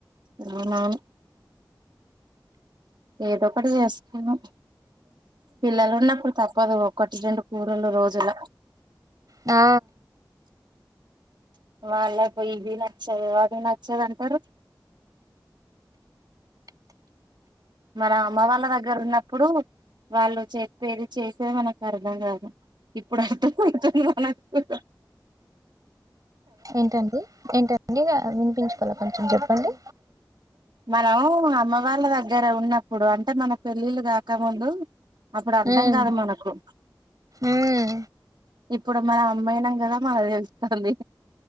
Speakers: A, on the right; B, on the right.
A: అవున ఏదొ ఒకటి చేసుకున్నం పిల్లలు ఉన్నప్పుడు తప్పదు ఒకటి రెండు కూరలు రోజుల
B: ఆ
A: వాళ్ళకు ఇది నచ్చదు ఆది నచ్చదు అంటారు మరీ అమ్మ వాళ్ళ దగ్గర ఉన్నప్పుడు వాళ్ళు చెప్పేది చేసేది మనకు అర్థం కాదు ఇప్పుడు అర్థమతున్నాది మానాకు
B: ఏంటండి ఏంటండి వినిపించుకోలే కొంచెం చెప్పండి
A: మనం అమ్మ వాళ్ళ దగ్గర ఉన్నప్పుడు అంటే మన పెళ్ళిళ్ళు కాకముందు అప్పుడు అర్ధం
B: ఉమ్
A: కాదు మనకు
B: ఉమ్
A: ఇప్పుడు మనం అమ్మా ఆయినాం కదా మనకు తెలుత్తంది.